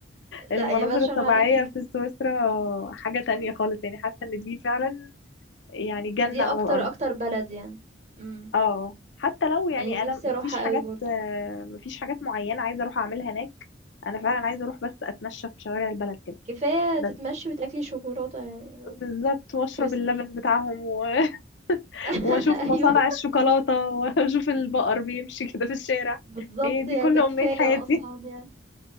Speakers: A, on the left (about 75°); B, on the right (about 40°).
A: المناظر
B: لأ، يا باتشّر
A: الطبيعية
B: عليكِ دي
A: في سويسرا حاجة تانية خالص يعني حاسة إن دي فعلا يعني جنة
B: دي
A: على
B: أكتر،
A: الأرض
B: أكتر بلد يعني. إمم.
A: اه حتى لو يعني
B: يعني
A: انا
B: نِفْسي
A: مفيش
B: أروحها
A: حاجات
B: أوي برضه.
A: آه، مفيش حاجات معينه عايزه اروح اعملها هناك انا فعلا عايزه اروح بس اتمشى في شوارع البلد كده
B: كفاية
A: بس
B: تتمشّي وتاكلي شوكولاتة يعني
A: بالظبط واشرب
B: سويسرا.
A: اللبن بتاعهم و... <laughs>
B: <laughs>
A: واشوف
B: أيوه،
A: مصانع الشوكولاته <laughs> واشوف البقر بيمشي كده في الشارع
B: بالضبط
A: هي دي
B: يعني
A: كل
B: ده
A: امنيه
B: كفاية
A: حياتي
B: أصلًا يعني.